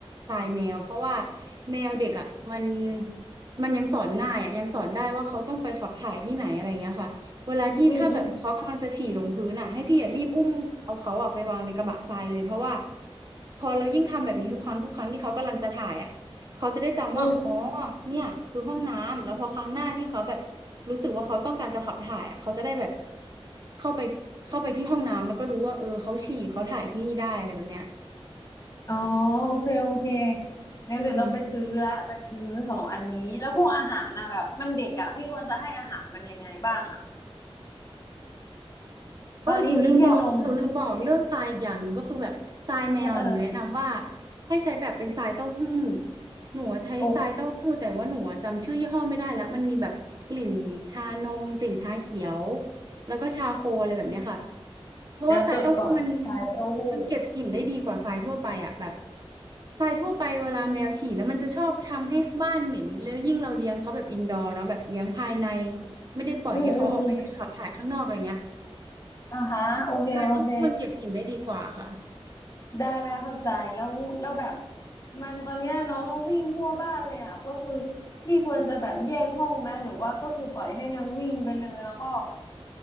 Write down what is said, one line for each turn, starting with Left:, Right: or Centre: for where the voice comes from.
Right: ทรายแมวเพราะว่าแมวเด็กอ่ะมันมันยังสอนง่ายอ่ะยังสอนได้ว่าเขาต้องไปขับถ่ายที่ไหนอะไรเงี้ยค่ะเวลาที่ถ้าแบบเขากำลังจะฉี่ลงพื้นอ่ะให้พี่อ่ะรีบอุ้มเอาเขาอ่ะไปวางในกระบะทรายเลยเพราะว่า
Left: อืมอ
Right: พอเรายิ่งทำแบบนี้ทุกครั้งทุกครั้งที่เขากำลังจะถ่ายอ่ะ เขาจะได้จำว่าอ๋อ
Left: ืม
Right: เนี่ยคือห้องน้ำ แล้วพอครั้งหน้าที่เขาแบบรู้สึกว่าเขาต้องการจะขับถ่ายอ่ะเขาจะได้แบบเข้าไปเข้าไปที่ห้องน้ำแล้วก็รู้ว่าเออเขาฉี่เขาถ่ายที่นี่ได้อะไรแบบเนี้ย
Left: อ๋อโอเคโอเคงั้นเดี๋ยวต้องไปซื้อละไปซื้อสองอันนี้แล้วพวกอาหารนะแบบมันเด็กอ่ะพี่ควรจะให้อาหารมันยังไงบ้างอ่ะ
Right: อืม เออหนูลืมบอกหนูลืมบอกเรื่องทรายอีกอย่างหนึ่งก็คือแบบทรายแมวอะหนูแนะนำว่า
Left: ตอนนี้มีแค่นมเออเออ
Right: ให้ใช้แบบเป็นทรายเต้าหู้หนูอะใช้ทรายเต้าหู้แต่ว่าหนูอะจำชื่อยี่ห้อไม่ได้แล้วมันมีแบบกลิ่นชานมกลิ่นชาเขียว
Left: โอเค
Right: แล้วก็ชาโคอะไรแบบเนี้ยค่ะเพราะว่าทรายเต้าหู้มัน
Left: เดี๋ยวจดก่อนสายเต้าหู้
Right: มันเก็บกลิ่นได้ดีกว่าทรายทั่วไปอ่ะแบบทรายทั่วไปเวลาแมวฉี่แล้วมันจะชอบทำให้บ้านเหม็นแล้วยิ่งเราเลี้ยงเขาแบบอินดอร์เนาะแบบเลี้ยงภายในไม่ได้ปล่อยให้เขาออกไปขับถ่ายข้างนอกอะไรเงี้ย
Left: อืมอืมอืมอ่าฮะโอเคโอเค
Right: ใช่เต้องมันเก็บกลิ่นได้ดีกว่าค่ะ
Left: ได้ได้เข้าใจแล้วแล้วแบบมันตอนเนี้ยน้องก็วิ่งทั่วบ้านเลยอ่ะก็คือพี่ควรจะแบบแยกห้องไหมหรือว่าก็คือปล่อยให้นางวิ่งไปเลยแล้วก็